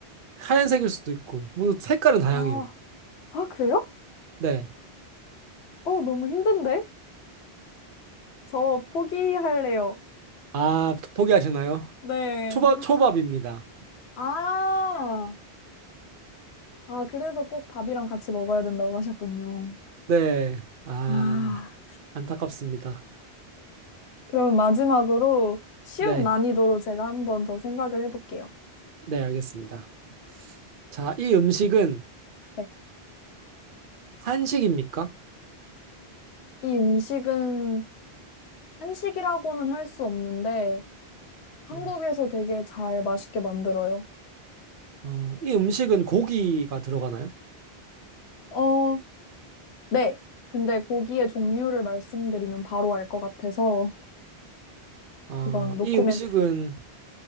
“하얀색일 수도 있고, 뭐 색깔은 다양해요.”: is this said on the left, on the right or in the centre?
Right